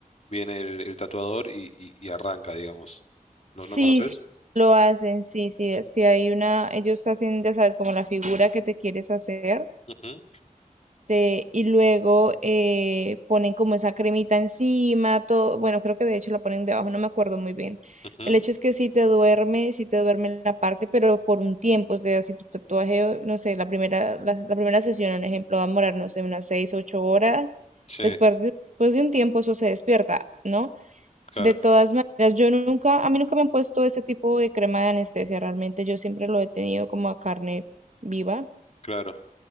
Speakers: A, on the left; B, on the right.
A: viene el, el tatuador y, y- y arranca, digamos. ¿No,
B: Sí,
A: no conoces?
B: sí, lo hacen, sí, sí, sí hay una, ellos hacen, ya sabes, como la figura que te quieres hacer.
A: Ujú,
B: Este, y luego eh, ponen como esa cremita encima, todo, bueno, creo que de hecho la ponen debajo, no me acuerdo muy bien.
A: ujú.
B: El hecho es que si te duerme, si te duerme en la parte, pero por un tiempo, o sea, si tu tatuaje, no sé, la primera, la, la primera sesión, un ejemplo, va a morar, no sé, unas seis, ocho horas,
A: Sí,
B: después de, después de un tiempo eso se despierta, ¿no?
A: claro,
B: De todas maneras, yo nunca, a mí nunca me han puesto ese tipo de crema de anestesia, realmente yo siempre lo he tenido como a carne viva
A: claro.